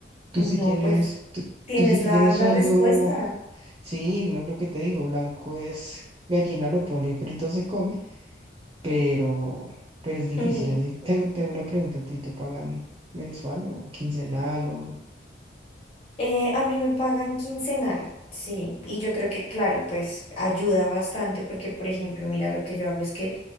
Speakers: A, on the right; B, on the left.
A: Tú
B: no,
A: sí tienes,
B: pues
A: tú,
B: tienes
A: tú sí tienes
B: la, la
A: sueldo
B: respuesta.
A: Sí, no es lo que te digo, blanco es gallina lo pone y frito se come, pero, pero es difícil.
B: <laughs>
A: Es dif- Te, te hago una pregunta, ¿a ti te pagan mensual o quincenal o...?
B: Eh, a mí me pagan quincenal, sí, y yo creo que, claro, pues ayuda bastante porque, por ejemplo, mira, lo que yo hago es que